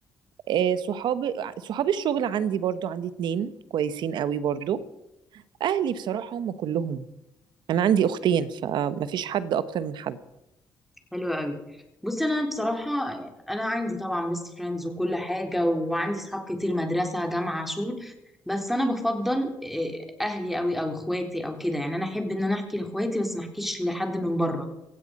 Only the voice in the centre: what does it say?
حلو قوي بصي انا بصراحة انا عندي طبعا بيست فريندز وكل حاجة وعندي صحاب كتير مدرسة جامعة شغل بس انا بفضل آه، اهلي قوي او اخواتي او كده يعني انا احب ان انا احكي لاخواتي بس ما احكيش لحد من بره